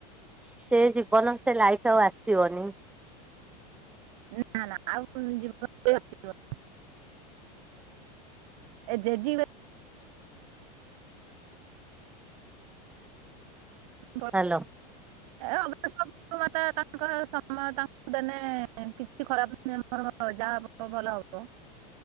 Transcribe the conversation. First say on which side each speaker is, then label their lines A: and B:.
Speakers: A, in the centre; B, on the right.
A: ସେ ଜୀବନ ସେ ଲାଇଫ୍ ଆଉ ଆସିବନି।
B: ନା ନା ଆଉ କୋଉ ଜୀବନରେ ଆସିବନି। ଏ ଜେଜି <inaudible> <inaudible>
A: ହାଲୋ।
B: <inaudible> କିଛି ଖରାପ୍ ନୁହେଁ ମୋର ଯାହା ହେବ ଭଲ ହବ।